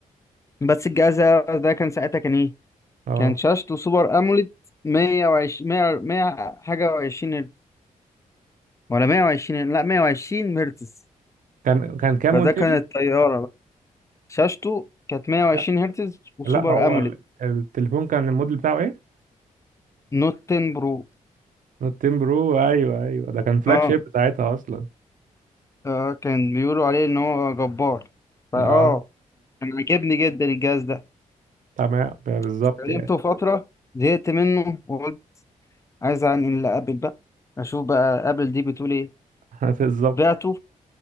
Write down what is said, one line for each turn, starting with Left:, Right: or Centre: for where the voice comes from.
Left: بس الجهاز ده كان ساعتها كان ايه
Right: اه
Left: كان شاشته سوبر اموليد 120 100 100 حاجه وعشرين هرتز ولا 120 لا 120 هرتز
Right: كان كان كام
Left: فده
Right: قلت
Left: كانت
Right: لي؟
Left: طياره بقى شاشته كانت 120
Right: لا
Left: هرتز وسوبر
Right: لا هو
Left: اموليد
Right: ال- التليفون كان الموديل بتاعه ايه؟
Left: نوت 10 برو
Right: نوت 10 برو ايوه ايوه ده كان فلاج
Left: اه
Right: شيب ساعتها اصلا
Left: آه، كان بيقولوا عليه ان هو جبار فاه
Right: اه
Left: كان عاجبني جدا الجهاز ده
Right: تمام بالظبط
Left: استخدمته
Right: يعني
Left: فتره زهقت منه وقلت عايز انقل لابل بقى اشوف بقى ابل دي بتقول ايه
Right: <laughs> بالظبط
Left: بعته